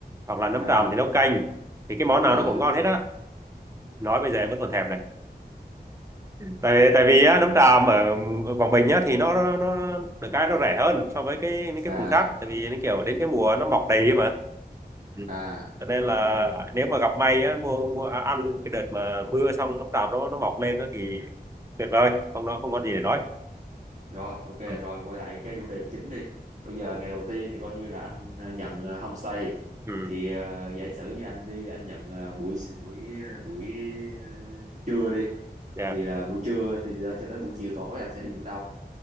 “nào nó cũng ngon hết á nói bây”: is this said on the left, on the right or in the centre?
Right